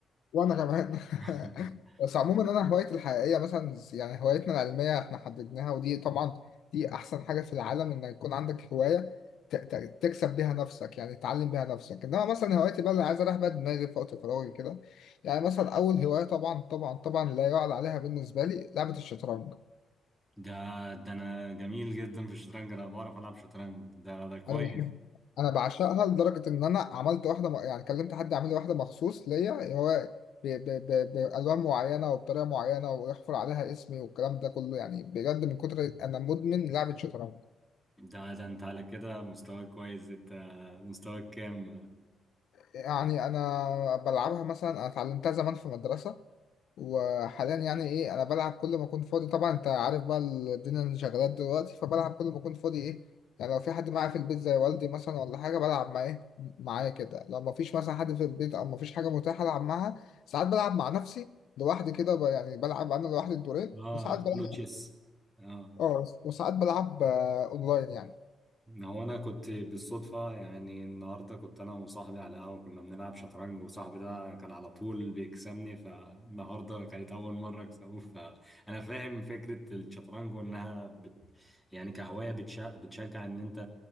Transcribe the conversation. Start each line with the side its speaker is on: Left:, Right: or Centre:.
Left: وانا كمان
Centre: <laughs>
Left: <laughs> بس عموما انا هوايتي الحقيقيه مثلا يعني هوايتنا العلميه احنا حددناها ودي طبعا دي احسن حاجه في العالم ان يكون عندك هوايه ت- ت- تكسب بيها نفسك يعني تعلم بيها نفسك انما مثلا هوايتي بقى اللي عايز اريح بيها دماغي في وقت فراغي كده يعني مثلا اول هوايه طبعا طبعا طبعا لا يعلى عليها بالنسبه لي لعبه الشطرنج
Centre: ده ده انا جميل جدا في الشطرنج انا بعرف العب شطرنج ده ده كويس
Left: انا بحب انا بعشقها لدرجه ان انا عملت واحده م... يعني كلمت حد يعمل لي واحده مخصوص ليا هو ب... ب... ب... بالوان معينه وبطريقه معينه ويحفر عليها اسمي والكلام ده كله يعني بجد من كتر انا مدمن لعبه شطرنج
Centre: ده ده انت على كده مستواك كويس انت مستواك كام
Left: يعني انا بلعبها مثلا انا اتعلمتها زمان في مدرسه وحاليا يعني ايه انا بلعب كل ما اكون فاضي طبعا انت عارف بقى الدنيا اللي شغالات دلوقتي فبلعب كل ما اكون فاضي ايه يعني لو في حد معايا في البيت زي والدي مثلا ولا حاجه بلعب معاه معايا كده لو ما فيش مثلا حد في البيت او ما فيش حاجه متاحه العب معاها ساعات بلعب مع نفسي لوحدي كده ب- يعني بلعب انا لوحدي الدورين
Centre: اه
Left: وساعات بلعب
Centre: كله تشيس اه
Left: اه وساعات بلعب آه، اونلاين يعني
Centre: هو انا كنت بالصدفه يعني النهارده كنت انا وصاحبي على القهوه كنا بنلعب شطرنج وصاحبي ده كان على طول بيكسبني فالنهارده كانت اول مره اكسبه فانا فاهم فكره الشطرنج وانها بت يعني كهوايه بتشا... بتشجع ان انت